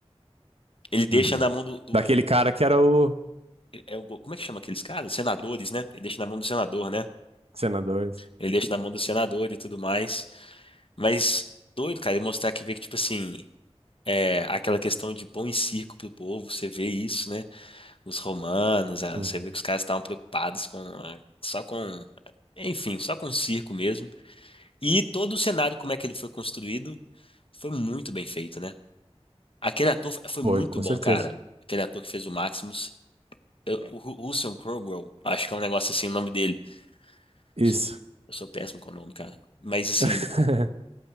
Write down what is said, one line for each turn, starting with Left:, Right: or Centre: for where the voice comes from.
Left: Ele deixa
Right: Uhum.
Left: na mão do, do-
Right: Daquele cara que era o
Left: é o, como é que chama aqueles caras? Senadores, né? Ele deixa na mão do senador, né?
Right: senador.
Left: Ele deixa na mão do senador e tudo mais. Mas doido, cara, e mostrar que vê que, tipo assim, é, aquela questão de pão e circo pro povo, você vê isso, né? Os romanos, ah,
Right: Uhum.
Left: você vê que os caras estavam preocupados com, ah, só com, enfim, só com o circo mesmo. E todo o cenário, como é que ele foi construído, foi muito bem feito, né? Aquele ator foi
Right: Foi,
Left: muito
Right: com
Left: bom,
Right: certeza.
Left: cara. Aquele ator que fez o Maximus, eu- o Ru- Russell Crowe, acho que é um negócio assim, o nome dele.
Right: Isso.
Left: Sou- eu sou péssimo com o nome, cara. Mas assim.
Right: <laughs>